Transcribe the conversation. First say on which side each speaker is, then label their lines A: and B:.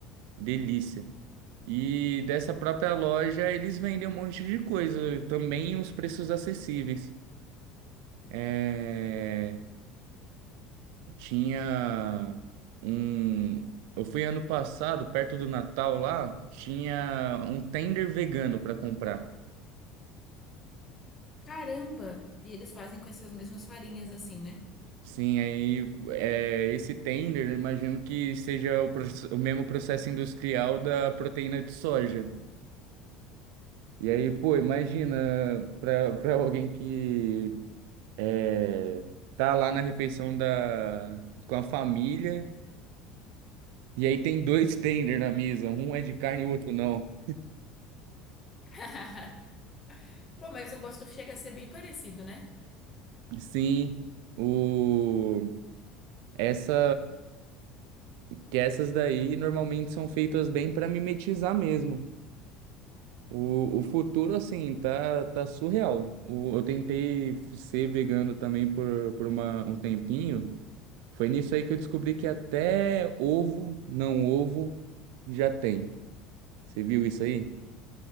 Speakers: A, on the right; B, on the left.
A: delícia. E dessa própria loja eles vendem um monte de coisa, também uns preços acessíveis. É, Tinha um. Eu fui ano passado, perto do Natal lá, tinha um tender vegano para comprar.
B: Caramba! E eles fazem com essas mesmas farinhas assim, né?
A: Sim, aí é, esse tender, eu imagino que seja o, proce- o mesmo processo industrial da proteína de soja. E aí, pô, imagina para para alguém que é, tá lá na refeição da, com a família, e aí tem dois tender na mesa, um é de carne e o outro não.
B: <laughs> Pô, mas o gosto chega a ser bem parecido, né?
A: Sim, o essa que essas daí normalmente são feitas bem para mimetizar mesmo. O, o futuro assim tá tá surreal. O, eu tentei ser vegano também por, por uma, um tempinho. Foi nisso aí que eu descobri que até ovo, não ovo, já tem. Você viu isso aí?